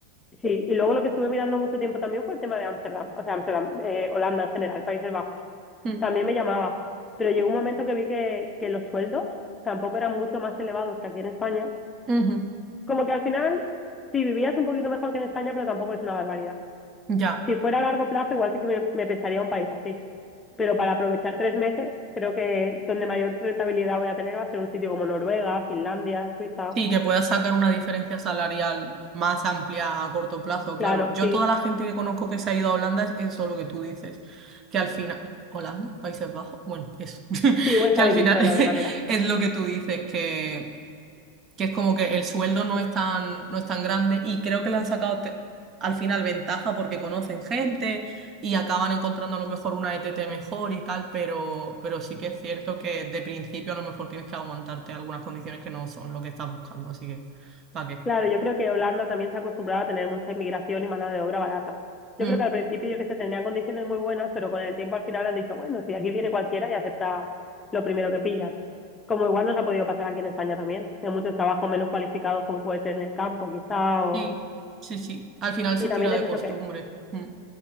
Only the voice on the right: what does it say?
Mm,
ujú,
Ya.
Sí, que puedas sacar una diferencia salarial más amplia a corto plazo, claro.
Yo
toda la gente que conozco que se ha ido a Holanda es eso lo que tú dices, que al final, Holanda, Países Bajos, bueno, eso, <laughs>
que al
final
<laughs>
es, lo que tú dices, que que es como que el sueldo no es tan, no es tan grande y creo que le han sacado te- al final ventaja porque conocen gente y acaban encontrando a lo mejor una ETT mejor y tal, pero, pero sí que es cierto que de principio a lo mejor tienes que aguantarte algunas condiciones que no son lo que estás buscando, así que, ¿para qué?
Mm,
sí, sí, sí, al final se
tira de
costumbre.
Mm,